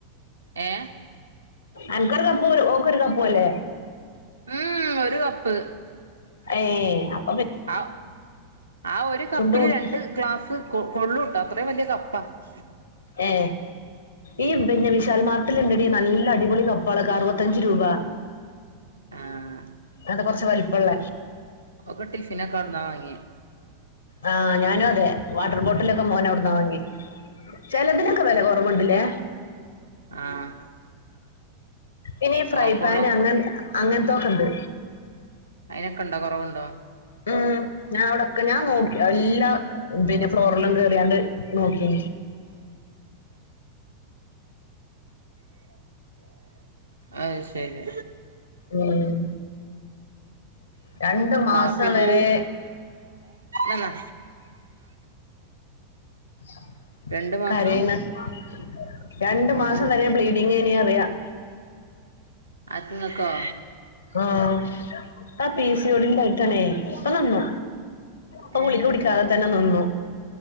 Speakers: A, on the right (about 75°); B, on the left (about 75°).
A: ഏ
B: അൻക്കൊരു കപ്പു ഓൾക്കൊരു കപ്പു അല്ലെ
A: ഉം ഒരു കപ്പ്
B: ഏ അപ്
A: ആ ആ ഒരു കപ്പില്
B: ചുണ്ടു മുട്ടി.
A: രണ്ട് ഗ്ലാസ് കൊ കൊള്ളുട്ടോ അത്രയും വലിയ കപ്പ് പ്പാ <unintelligible>
B: ഏ ഈ പിന്നെ വിശാൽ മാർ ണ്ടടി നല്ലടിപൊളി കപ്പാൊക്ക അറപത്തഞ്ച് രൂപ
A: ആഹ്
B: അത കുറച്ച് വലിപ്പമുള്ള
A: ഓക്ക് ടിഫിനൊക്കെ അവിടുന്നാ വാങ്ങിയേ
B: ആഹ് ഞാനും അതെ വാട്ടർ ബോട്ട ട്ടിലൊക്കെ മോന അവിടന്ന്ാ വങ്കി ചിലതിനൊക്കെ വില കുറവുണ്ടില്ലേ
A: ആഹ്
B: ഇനി ഫ്രൈ
A: ടോപ്പോളൊക്കെ
B: പാന് അങ്ങ അങ്ങനത്തെ സോഖണ്ട്
A: അയിനെക്കണ്ട ടെ കുറവുണ്ടോ
B: ഉ ഞാൻ അവിടെക്കെ ഞാൻ നോക്കി എല്ലാ പിന്നെ ഫ്ലോറിലും കേയറിയാണ്ട് നക്ക
A: അത് ശരി
B: ഉം രണ്ട് മാസം
A: കാപ്പി കുടുച്ച
B: വരെ
A: എന്നന്ന
B: ഉ
A: രണ്ട് മാസം
B: കറയണേ ഉ രണ്ടു
A: ഓന്
B: മാസം തരം പ്ലീഡ ഇങ്ങ ഇന അറിയാം
A: അത്തങ്ങക്കോ
B: ആഹ ആ പീസി യോടി ടും കഴത്തണേ ഇപ്പ നിന്നു പ്പൊ
A: ഏഹ്
B: ഗുളിക കുടിക്കാതെ തന്നെ നിന്നു